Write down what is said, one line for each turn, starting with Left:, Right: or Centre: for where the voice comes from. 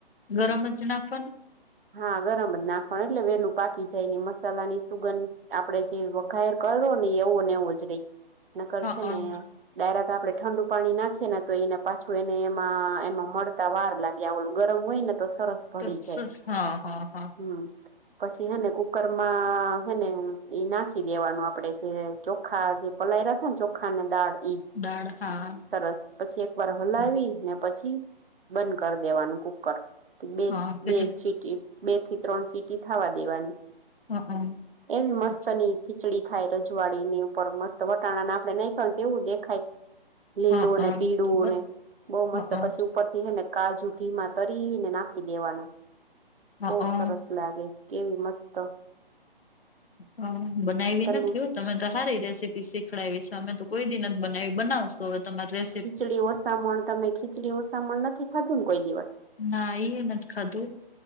Left: ગરમ જ નાખવાનું.
Right: હા ગરમ જ નાખવાનું એટલે વેલું પાકી જાય નને મસાલા ની સુગંધ આપડે જે ઘર કરો હી એવું ને એવું જ રહી નકર
Left: હા,
Right: છે
Left: હા
Right: ને ડાયરેક આપડણે ઠંડુ પાણી નાખીએ ને તો એને પાછું એને એમાં એમાં મળતા વાર લાગે ત્યા ગરમ હોય ને તો સરસ ભળી
Left: તો
Right: જાય
Left: સ સ હા હા હા.
Right: હમ પછી હેને કુકરમાં હેને એ નાખી દેવાનું આપડે જે ચોખા જે પલાયરા હતાને ચોખા ને દાળ ઈ
Left: દાળ હા
Right: સરસ પછી એક વાર હલાવી
Left: હા
Right: ને પછી બંધ કરી દેવાનું કુકર બે
Left: હા, કેટલી
Right: બે સીટી બે થી ત્રણ સીટી થવા દેવાની.
Left: હા, હા
Right: એમ મસ્ત
Left: પછી
Right: નની. ખીચડી થાય રજવાડી ની ઉપર મસ્ત વટાણાને આપડે નહી ખાય તેવું દેખાય લીલું
Left: હા, હા
Right: ને પીળું
Left: તો બસ
Right: ને બહુ
Left: હા,
Right: મસ્ત
Left: હા,
Right: પછી. ઉપરથી હ ને કાજુ ઘીમા તરીને નાખી દેવાનું.
Left: હા
Right: બહુ
Left: હા
Right: સરસ લાગે કેવી મસ્ત
Left: હ બનાવીવી
Right: તમે
Left: નથી થયું. તમે તો સારી રેસીપી શીખડાવી છે અમે તો કોઈ દિન જ બનાવી બનાવશો હવે તમારો ડ્રેસ.
Right: ખીચડી ઓસામણ તમે ખીચડી ઓસામણ નથી ખાધું ને કોઈ દિવસ
Left: ના ઈન ખાધું.